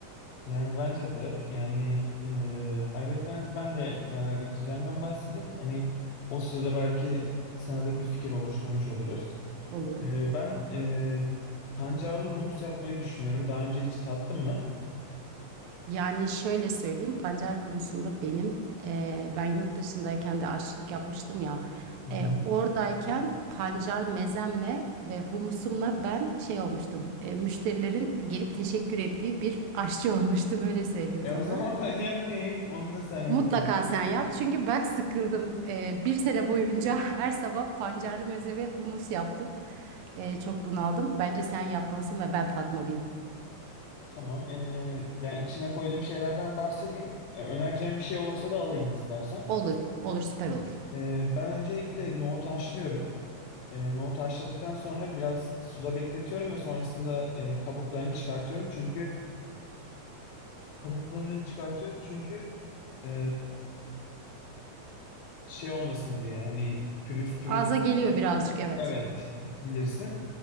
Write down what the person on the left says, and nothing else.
yani bence de yani e, ayrıca hani ben de neler getireceğimden bahsedeyim. Hani o sırada belki sana da bir fikir oluşturmuş oluruz.
E, ben e, pancarlı humus yapmayı düşünüyorum. Daha önce hiç tattın mı?
Hı hı.
E
o zaman <laughs> ben yapmayayım. Onu da sen yaparsın.
Tamam. E, yani içine koyduğum şeylerden bahsedeyim. E, önereceğim bir şey olursa da alayım istersen.
Ee, ben öncelikle nohutu haşlıyorum. Ee, nohutu haşladıktan sonra biraz suda bekletiyorum ve sonrasında e, kabuklarını çıkartıyorum. Çünkü kabuklarını çıkartıyorum çünkü e, şey olmasın diye hani pürüz pürüz
evet bilirsin.